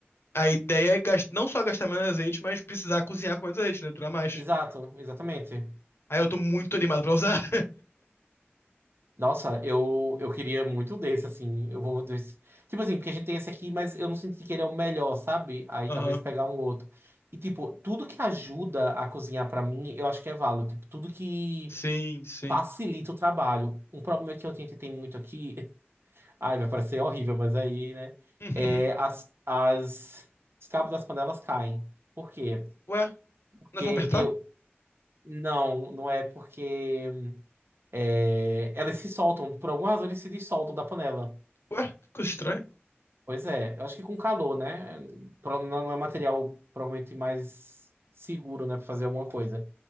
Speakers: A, on the left; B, on the right.
A: a ideia é gast- não só gastar menos azeite, mas precisar cozinhar com menos azeite, né? Durar mais.
B: Exato, exatamente.
A: Aí eu tô muito animado pra usar. <laughs>
B: Nossa, eu, eu queria muito desse, assim. Eu vou desse. Tipo assim, porque a gente tem esse aqui, mas eu não senti que ele é o melhor, sabe? Aí
A: Aham.
B: talvez pegar um outro. E, tipo, tudo que ajuda a cozinhar pra mim, eu acho que é válido. Tipo, tudo que
A: Sim, sim.
B: facilita o trabalho. Um problema que eu tentei ter muito aqui. Ai, vai parecer horrível, mas aí, né?
A: <laughs>
B: É, as, as, os cabos das panelas caem. Por quê?
A: Ué,
B: Porque
A: não é só apertar?
B: eu. Não, não é porque. é, elas se soltam. Por alguma razão, eles se dissoltam da panela.
A: Ué, que coisa estranha.
B: Pois é. Eu acho que com calor, né? Pro- Não não é material provavelmente mais seguro, né? Pra fazer alguma coisa.